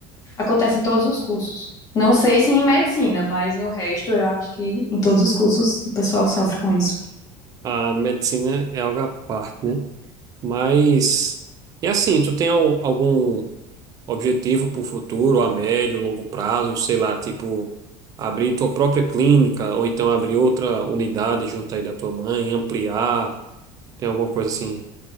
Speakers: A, on the left (about 35°); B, on the right (about 30°).
A: Acontece em todos os cursos. Não sei se em medicina, mas no resto eu acho que em todos os cursos o pessoal sofre com isso.
B: A medicina é algo à parte, né? Mas, e assim, tu tem al- algum objetivo para o futuro, a médio, longo prazo, sei lá, tipo, abrir tua própria clínica, ou então abrir outra unidade junto aí da tua mãe, ampliar, tem alguma coisa assim